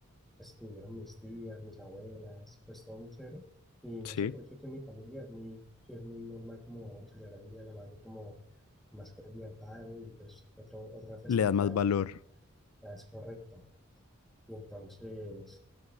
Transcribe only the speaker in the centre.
estuvieron mis tías, mis abuelas, pues todo muy chévere. Y no
sé por qué que en mi familia es muy, es muy normal como celebrar el Día de la Madre como más que el Día del Padre y pues otro, otras festividades.
Ya es correcto. Y entonces,